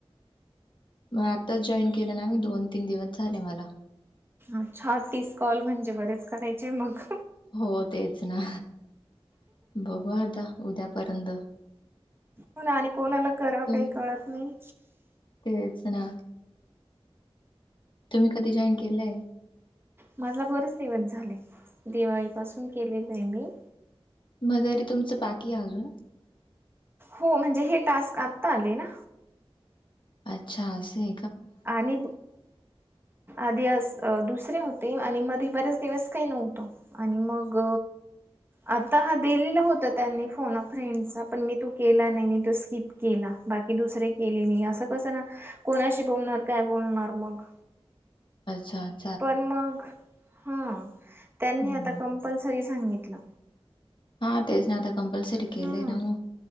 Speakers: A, on the left; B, on the right.
A: मग आताच जॉईन केलं ना मी दोन तीन दिवस झाले मला
B: अच्छ तीस कॉल म्हणजे बरेच करायचे मग
A: हो तेच ना बघू आता उद्यापर्यंत
B: हो ना आणि कोणाला कराव
A: तुम
B: काही कळत नाही
A: तेच ना तुम्ही कधी जाॉईन केलंय
B: माझा बरेच दिवस झाले दिवाळीपासून केलेले आहे मी
A: मदरी तुमचं बाकी अजून
B: हो म्हणजे हे टास्क आत्ता आले ना
A: अच्छा असे
B: आणि आधी अस अ दुसरे होते आणि मध्ये बरेच दिवस काही नव्हतो आणि मग आता हा दिलेला होता त्यांनी फोन फ्रेंडचा पण मी तू केला नाही मी तो स्किप केला बाकी दुसरे केले मी असं कसं ना कोणाशी बोलणार काय बोलणार मग
A: आजाद
B: पण मग हा त्यांनी
A: हम्म
B: आता कंपल्सरी सांगितलं
A: हा तेज नाता कंपल्सरी
B: हा
A: केले आहे ना